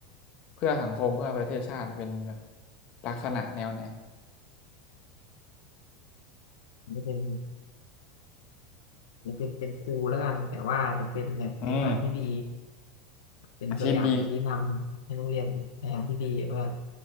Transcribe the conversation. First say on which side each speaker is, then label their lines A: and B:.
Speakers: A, on the left (about 50°); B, on the left (about 85°).
A: เพื่อสังคมเพื่อประเทศชาติเป็นแบบลักษณะแนวไหน
B: จะเป็นจะเป็นเป็นครูแล้วกันแต่ว่าจะเป็นแบบในทางที่ดี
A: อืม
B: เป็นตัวอย่างชี้นำให้นักเรียนในทางที่ดีเพื่อน
A: อาชีพดี